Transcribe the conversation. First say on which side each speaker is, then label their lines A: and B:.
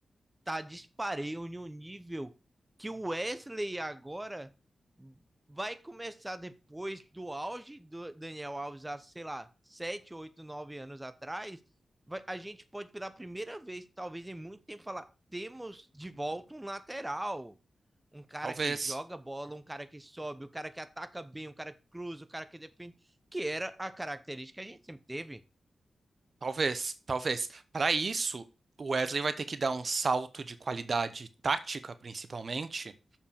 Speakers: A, on the right; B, on the right.
A: tá dispareio em um nível que o Wesley agora vai começar depois do auge do Daniel Alves há, sei lá, 7 8 9 anos atrás, vai, a gente pode pela primeira vez, talvez em muito tempo, falar, temos de volta um lateral, um cara
B: Talvez.
A: que joga bola, um cara que sobe, um cara que ataca bem, um cara que cruza, um cara que defende, que era a característica que a gente sempre teve.
B: Talvez. Talvez. Para isso, o Wesley vai ter que dar um salto de qualidade tática, principalmente,